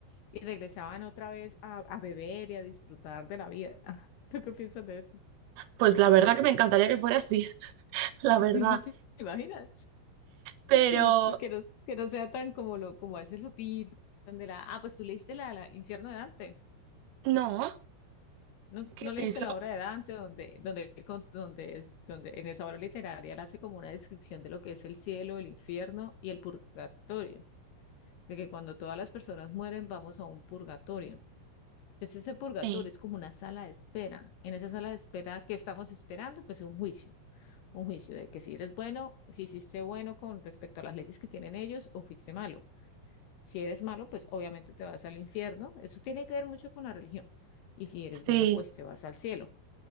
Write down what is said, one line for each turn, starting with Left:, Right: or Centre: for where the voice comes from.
Left: y regresaban otra vez a, a beber y a disfrutar de la vida. <laughs> ¿Tú qué piensas de eso?
Right: Pues la verdad que me encantaría que fuera así, <laughs> la
Left: <laughs>
Right: verdad.
Left: ¿Te imaginas?
Right: Pero
Left: Que no, se- que no, que no sea tan como lo como a veces lo pintan de la, ah, pues tú leíste la, la Infierno de Dante.
Right: no,
Left: ¿No,
Right: ¿qué
Left: no
Right: es
Left: leíste
Right: eso?
Left: la obra de Dante, donde, donde, él con- donde, es- donde en esa obra literaria él hace como una descripción de lo que es el cielo, el infierno y el purgatorio? De que cuando todas las personas mueren vamos a un purgatorio. Entonces ese purgatorio
Right: Sí,
Left: es como una sala de espera. En esa sala de espera, ¿qué estamos esperando? Pues un juicio. Un juicio de que si eres bueno, si hiciste bueno con respecto a las leyes que tienen ellos o fuiste malo. Si eres malo, pues obviamente te vas al infierno. Eso tiene que ver mucho con la religión. Y si
Right: sí,
Left: eres bueno, pues te vas al cielo.